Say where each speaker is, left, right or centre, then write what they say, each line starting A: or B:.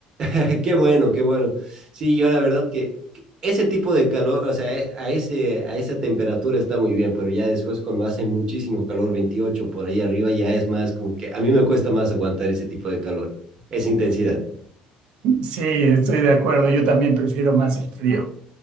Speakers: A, on the right; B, on the right.
A: <laughs> Qué bueno, qué bueno. Sí, yo la verdad que que ese tipo de calor, o sea, eh, a ese, a esa temperatura está muy bien, pero ya después cuando hace muchísimo calor, 28 por ahí arriba, ya es más como que a mí me cuesta más aguantar ese tipo de calor, esa intensidad.
B: Sí, estoy de acuerdo. Yo también prefiero más el frío.